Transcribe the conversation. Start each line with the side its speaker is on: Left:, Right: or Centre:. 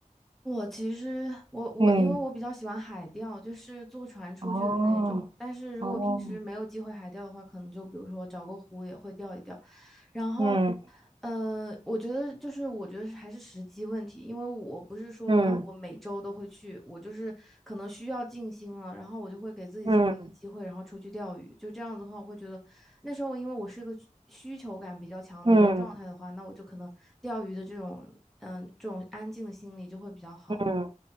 Centre: 我其实我我因为我比较喜欢海钓，
Right: <laughs> 嗯，
Centre: 就是坐船出去的那种，
Right: 哦
Centre: 但是如果平时没有机会海钓的话，
Right: 哦。
Centre: 可能就比如说找个湖也会钓一钓。然后。
Right: 嗯
Centre: 呃，我觉得就是，我觉得是还是时机问题，因为我不是说啊，
Right: 嗯
Centre: 我每周都会去，我就是可能需要静心了，然后我就会给自己这么一个机会，
Right: 嗯
Centre: 然后出去钓鱼。就这样子的话，我会觉得那时候因为我是个需需求感比较强的一个状态的话，
Right: 嗯
Centre: 那我就可能钓鱼的这种嗯这种安静的心理就会比较好。
Right: 嗯，